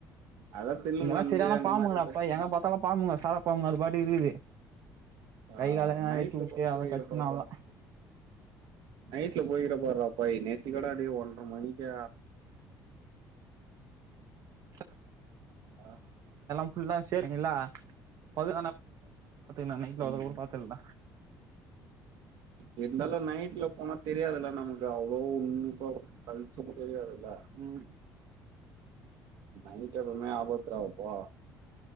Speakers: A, on the right; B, on the right.
A: அதான் பில்லு
B: இங்கெல்லா
A: மருந்து
B: செரியானா
A: அந்த
B: பாம்புங்டா
A: மாதிரி ஏதாச்சும்
B: பாயி எங்க பத்தாலு பாம்புங்கோ சாரா பாம்புங்கோ அது பாட்டுக்கு இருக்குது
A: ஆ
B: கை கால எங்கனா
A: நைட்ல
B: வெச்சு வுட்டு
A: போட்டு
B: அதலா
A: இடுப்பறா
B: கடிச்சுனா அவ்ளதா
A: நைட்ல போயிரபாரா அப்பா நேத்து கடாடி ஒன்ற மணிக்கு
B: <unintelligible> <unintelligible>
A: ஆ
B: ஃபுல்லா சேரிங்கள <unintelligible> <unintelligible> ப்பே நா நைட்ல வத
A: ம்
B: கூட பாத்தல்லாடா
A: இருந்தாலு நைட்ல போனா தெரியாதுல்ல நமக்கு அவ்ளோ உன்னிப்பா பழிச்சும் தெரியாது இல்ல
B: ம்
A: நைட்டு் எப்பவுமே ஆபத்துராப்போ